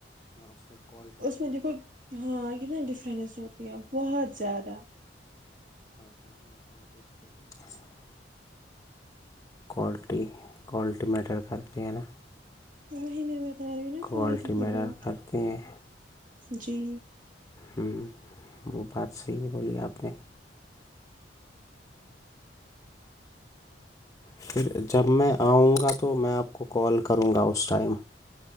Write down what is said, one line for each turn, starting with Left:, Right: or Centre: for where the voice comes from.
Left: ہاں اس پہ کال
Right: اس میں دیکھو ہاں اتنا ڈفرینس ہوتی ہیں بہت زیادہ
Left: ہاں ہاں وہ بات بھی صحیح ہے کوالٹی کوالٹی میٹر کرتی ہے نا
Right: وہی میں بتا رہی ہوں نا
Left: کوالٹی
Right: کی
Left: میٹر
Right: بات
Left: کرتے ہیں
Right: جی
Left: ہوں وہ بات صحیح بولی اپ نے پھر جب میں آؤں گا تو میں آپ کو کال کروں گا اس ٹائم